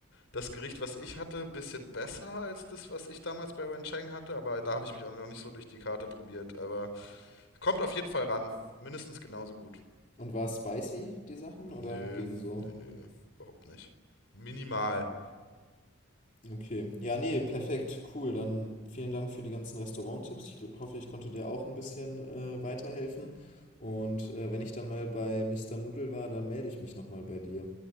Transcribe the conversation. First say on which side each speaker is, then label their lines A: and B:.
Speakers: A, on the left (about 65°); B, on the left (about 40°).
A: das Gericht, was ich hatte, ein bisschen besser als das, was ich damals bei Wencheng hatte, aber da habe ich mich auch noch nicht so durch die Karte probiert. Aber kommt auf jeden Fall ran. Mindestens genauso gut.
B: Und war es spicy, die Sachen, oder
A: Nö,
B: ging so?
A: nö, nö, überhaupt nicht. Minimal.
B: Okay. Ja, nee, perfekt, cool. Dann vielen Dank für die ganzen Restauranttipps. Ich gl- hoffe, ich konnte dir auch ein bisschen äh, weiterhelfen. Und äh, wenn ich dann mal bei Mister Nudel war, dann melde ich mich nochmal bei dir.